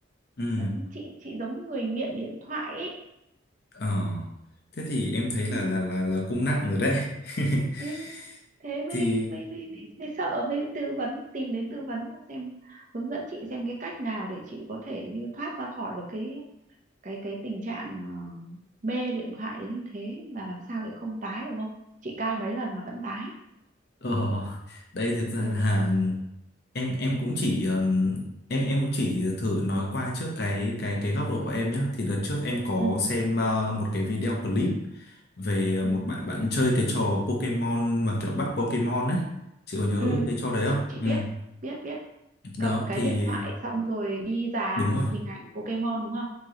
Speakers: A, on the left (about 55°); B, on the right (about 40°).
A: ừ
B: Là chị chị giống như người nghiện điện thoại ấy
A: ờ thế thì em thấy
B: ừ,
A: là là là là cũng nặng rồi đấy <laughs>
B: ừ. thế mới
A: thì
B: mới mới mới, mới sợ mới tư vấn tìm đến tư vấn xem hướng dẫn chị xem cái cách nào để chị có thể như thoát ra khỏi được cái cái cái tình trạng ờ, mê điện thoại đến như thế và làm sao để không tái được không chị cai mấy lần mà vẫn tái
A: ờ đây thực ra
B: ừ
A: là em em cũng chỉ ừm, em em cũng chỉ thử nói qua trước cái cái cái góc độ của em nhé thì đợt trước em có
B: ừ
A: xem ờ, một cái video clip về à,
B: ừ
A: một bạn bạn chơi cái trò Pokemon mà kiểu bắt Pokemon ấy chị có nhớ
B: ừ
A: cái trò đấy không
B: chị
A: ừ.
B: biết biết biết
A: đó
B: cầm cái
A: thì
B: điện thoại xong rồi đi dà
A: đúng rồi
B: hình ảnh Pokemon đúng không